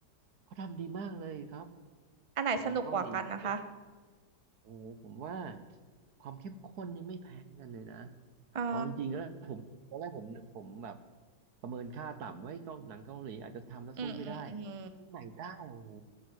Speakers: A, on the right; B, on the right.
A: เขาทำดีมากเลยครับ
B: อันไหนสนุกกว่ากันนะคะ
A: หนังเกาหลีที่เป็น โอ้ผมว่าความเข้มข้นนี่ไม่แพ้กันเลยนะ
B: อ๋อ
A: เอาจริงๆแล้วผมตอนแรกผมผมแบบประเมินค่าต่ำไว้เกาหนังเกาหลีอาจจะทำแล้วสู้ไม่ได้
B: อืมอืมอืม
A: ที่ไหนได้โอ้โห